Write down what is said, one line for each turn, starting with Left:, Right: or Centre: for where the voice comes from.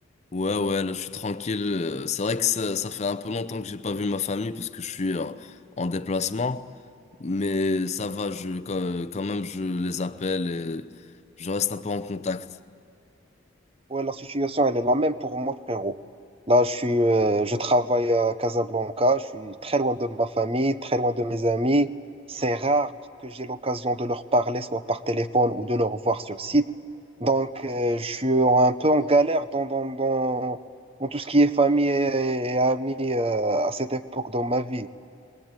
Left: Ouais, ouais, là, je suis tranquille. Euh, C'est vrai que ça, ça fait un peu longtemps que j'ai pas vu ma famille parce que je suis euh, en déplacement. Mais ça va, je, quand quand même, je les appelle et je reste un peu en contact.
Right: Ouais, la situation, elle est la même pour moi, frérot. Là, je suis, euh, je travaille à Casablanca, je suis très loin de ma famille, très loin de mes amis. C'est rare que j'ai l'occasion de leur parler, soit par téléphone ou de leur voir sur site. Donc, euh, je suis un peu en galère dans, dans, dans, dans tout ce qui est famille et, et amis, euh, à cette époque dans ma vie.